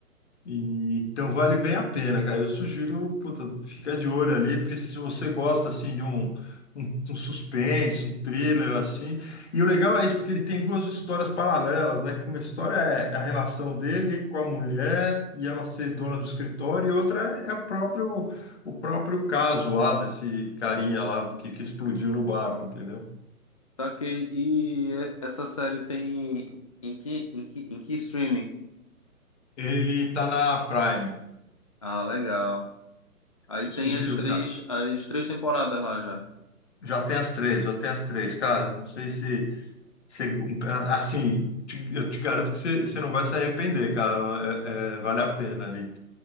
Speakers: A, on the left (about 50°); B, on the left (about 25°).
A: E- Então vale bem a pena, cara. Eu sugiro, puta, fica de olho ali, porque se você gosta, assim, de um, um, um suspense, um thriller, assim... E o legal é isso, porque ele tem duas histórias paralelas, né? Que uma história é é a relação dele com a mulher e ela ser dona do escritório, e outra é o próprio, o próprio caso lá desse carinha lá que, que explodiu no barco, entendeu?
B: Saquei. E é- essa série tem em que, em que, em que streaming?
A: Ele tá na Prime.
B: Ah, legal. Aí
A: Eu
B: tem
A: sugiro,
B: as três,
A: cara.
B: as três temporadas lá já.
A: Já tem as três, já tem as três, cara. Não sei se, se- assim, te- eu te garanto que você você não vai se arrepender, cara. É- é, vale a pena ali.